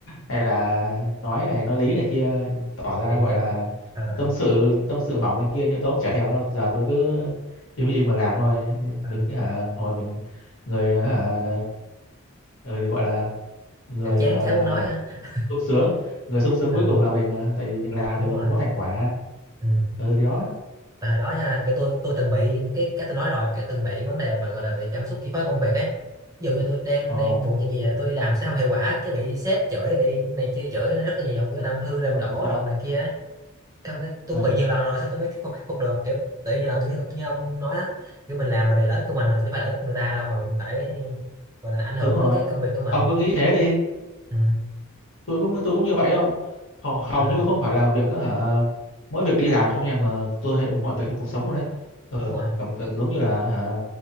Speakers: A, on the left; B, on the right.
A: hay là nói này nói lý này kia tỏ ra
B: kiểu
A: gọi
B: kiểu
A: là
B: à,
A: tâm sự tâm sự mỏng này kia nhưng tôi cũng chả thèm đâu giờ tôi cứ im im mà làm thôi
B: à,
A: mình hả hồi mình người hả ừ, thì gọi là người
B: kiểu chán
A: uh,
B: chả muốn nói á
A: sung sướng người sung sướng cuối
B: à,
A: cùng là mình mà, tại vì mình làm
B: đúng
A: thì mình
B: rồi
A: có thành quả
B: ừ.
A: ừ thì đó
B: Tại hồi đó nha kiểu tôi tôi từng bị cái cái tôi nói rồi kiểu từng bị cái vấn đề mà gọi là bị cảm xúc chi phối công việc ấy ví dụ như tôi đang
A: ồ
B: đang buồn chuyện gì là tôi đi làm sẽ không hiệu quả cái bị sếp chửi bị này kia chửi rất là nhiều kiểu làm hư làm
A: xong
B: đổ
A: rồi sao
B: đồ này kia ấy. Xong cái tôi
A: ừ
B: cũng bị nhiều lần rồi xong tôi mới khắc phục, khắc phục được kiểu tự nhiên lần như, như ông nói á kiểu mình làm là vì lợi ích của mình rồi chứ phải lợi ích người ta đâu mà mình phải gọi là ảnh hưởng
A: đúng rồi
B: tới cái công việc của mình
A: ông cứ nghĩ thế đi
B: ừ.
A: tôi cũng tôi cũng như vậy không hầu, hầu
B: à,
A: như không phải là việc đó, hả mỗi việc đi làm không nha mà tôi thấy mọi việc trong cuộc sống luôn đấy ừ
B: đúng rồi
A: cảm tưởng giống như là hả